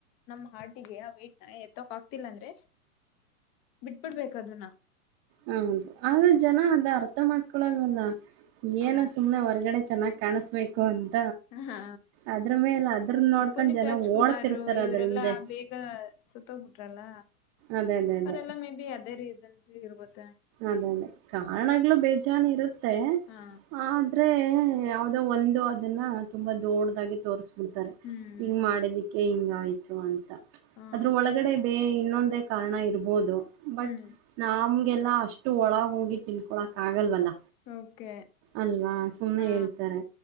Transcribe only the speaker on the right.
ಹೌದು ಆದ್ರ ಜನ ಅದ ಅರ್ಥ ಮಾಡ್ಕೊಳದವಲ್ಲ
ಏನ ಸುಮ್ನೆ ಹೊರ್ಗಡೆ ಚೆನ್ನಾಗ್ ಕಾಣಿಸ್ಬೇಕು ಅಂತ
ಅದ್ರ ಮೇಲೆ ಅದ್ರನ್ ನೋಡ್ಕೊಂಡ್
ಜನ
ಓಡ್ತಿರ್ತಾರೆ
ಅದ್ರ ಹಿಂದೆ.
ಅದೇ ಅದೇ ಅದೇ.
ಅದೇ ಅದೇ ಕಾರಣಗಳು ಬೇಜಾನು ಇರುತ್ತೆ
ಆದ್ರೆ ಯಾವ್ದ ಒಂದು ಅದನ್ನ ತುಂಬಾ ದೊಡ್ಡದಾಗಿ ತೋರ್ಸ್ಬಿಡ್ತಾರೆ
ಹಿಂಗ್ ಮಾಡಿದಿಕ್ಕೆ ಹಿಂಗಾಯ್ತು ಅಂತ
ಅದ್ರ ಒಳಗಡೆ ಬೇ ಇನ್ನೊಂದ ಕಾರಣ ಇರ್ಬಹದು ಬಟ್
ನಮ್ಗೆಲ್ಲಾ ಅಷ್ಟು ಒಳಗ ಹೋಗಿ ತಿನ್ಕೊಳಕ್ ಆಗಲ್ವಲ್ಲ
ಅಲ್ವಾ ಸುಮ್ನೆ
ಹೇಳ್ತಾರೆ